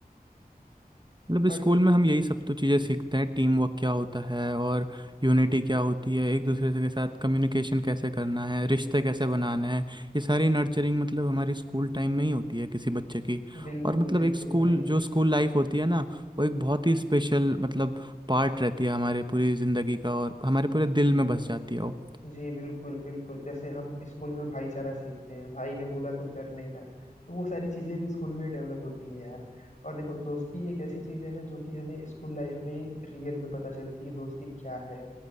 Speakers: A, on the right; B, on the left.
A: मतलब
B: बट
A: स्कूल में हम यही सब तो चीज़ें सीखते हैं टीम वर्क क्या होता है और यूनिटी क्या होती है एक दूसरे से के साथ कम्युनिकेशन कैसे करना है रिश्ते कैसे बनाने हैं ये सारी नर्चरिंग मतलब हमारी स्कूल टाइम में ही होती है किसी बच्चे की
B: बिल्कुल
A: और मतलब
B: बिल्कुल
A: एक स्कूल
B: भाई
A: जो स्कूल लाइफ होती है ना वो एक बहुत ही स्पेशल मतलब पार्ट रहती है हमारे पूरी ज़िंदगी का और हमारे पूरे दिल में बस जाती है वो
B: जी बिल्कुल बिल्कुल जैसे हम स्कूल में भाईचारा सीखते हैं भाई ने बोला तो करने का तो वो सारी चीजें भी स्कूल में डेवलप होती हैं यार और देखो दोस्ती एक ऐसी चीज है ना जो कि हमें स्कूल लाइफ में ही रियल में पता चलती है कि दोस्ती क्या है